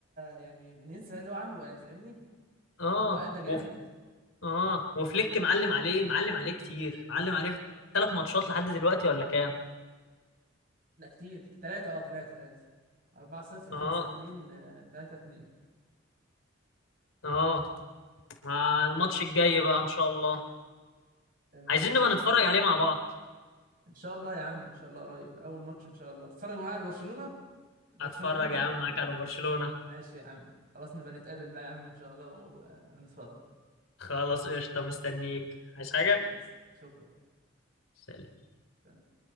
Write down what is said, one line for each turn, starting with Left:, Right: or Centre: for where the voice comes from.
Right: يعني ننسى اللي هو عمله يعني فاهمني
Left: اه
Right: اللي هو ادى جامد
Left: وف... اه وفليك معلم عليه معلم عليه كتير معلم عليه في ثلاث ماتشات لحد دلوقتي ولا كام
Right: لا كتير كتير تلاتة اه تلاتة تلاتة أربعة صفر خمسة
Left: اه
Right: اتنين آه، تلاتة اتنين
Left: اه مع الماتش الجاي بقى ان شاء الله
Right: تمام
Left: عايزين نبقى نتفرج عليه مع بعض
Right: إن شاء الله يا عم إن شاء الله قريب أول ماتش إن شاء الله تتفرج معايا على برشلونة برشلونة
Left: اتفرج
Right: إنتر
Left: يا عم معاك على برشلونة
Right: ماشي يا عم خلاص نبقى نتقابل بقى يا عم إن شاء الله و- آه، ونتفرج
Left: خلاص قشطة مستنيك عايز
Right: حبيبي
Left: حاجة
Right: تسلم شكرا
Left: سلام
Right: سلام.